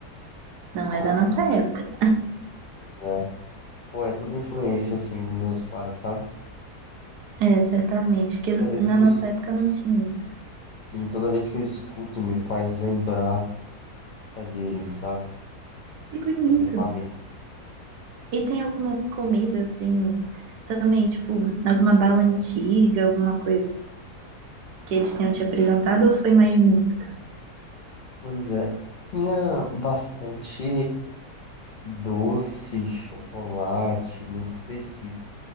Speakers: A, on the right; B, on the left.
A: Não
B: Ah,
A: é da nossa
B: sim,
A: época.
B: pois é. Pô, é tudo influência, assim, dos meus pais, sabe?
A: É, certamente, porque
B: Toda vez
A: na
B: que eu
A: nossa época não tinha isso.
B: Sim, toda vez que eu escuto me faz lembrar é dele, sabe?
A: Que bonito.
B: Da minha família.
A: E tem alguma comida assim, também, tipo, alguma bala antiga, alguma coisa que eles tenham te apresentado ou foi mais música?
B: Pois é, tinha bastante doce, chocolate, muito específico.